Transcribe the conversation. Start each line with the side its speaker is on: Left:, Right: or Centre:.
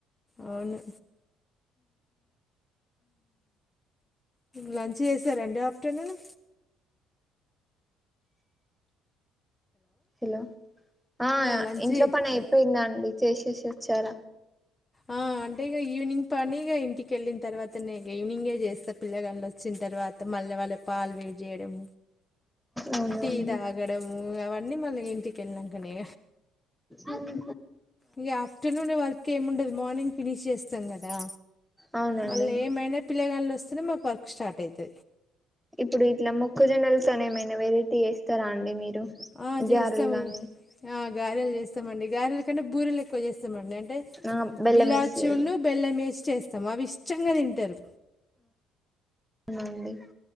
Left: అవును లంచ్ చేశారండి ఆఫ్టర్నూన్
Centre: హలో ఆ
Left: లంచ్
Centre: ఇంట్లో
Left: చే-
Centre: పని అయిపోయింద అండి చేసే చార
Left: ఆ అంటే ఇగ ఈవినింగ్ పని ఇంటికెళ్ళిన తర్వాత ఈవనింగే చేస్త పిల్లగలు వచ్చిన తర్వాత మళ్ళె వాళ్ళ పాలు వేడి యడం
Centre: అవునండి
Left: టీ తాగడము అవన్నీ మళ్ళీ ఇంటికి వెళ్లినంకనే
Centre: అవును
Left: ఇగ ఆఫ్టర్నూన్ వాల్ ఏము ఉండదు మార్నింగ్ ఫినిష్ చేస్తాం కదా
Centre: అవునండి
Left: మళ్ళీ ఏమైనా పిల్లగాళ్లు వస్తేనే మాకు వర్క్ స్టార్ట్ <unintelligible>
Centre: ఇప్పుడు ఇట్లా మొక్క జొన్నలతోనే ఏమైనా వెరైటీ వేస్తారా అండి మీరు
Left: ఆ చేస్తావ్
Centre: గ్యారెలు గానీ
Left: ఆ గారెలు చేస్తామండి గారెలు కానీ బూరలు ఎక్కువ చేస్ <unintelligible> అంటే
Centre: ఆ బెల్లం
Left: ఇలా
Centre: వేసేవి
Left: చూ బెల్లం ఏసి చేస్తాం అవి ఇష్టంగా తి తరు
Centre: అవునండి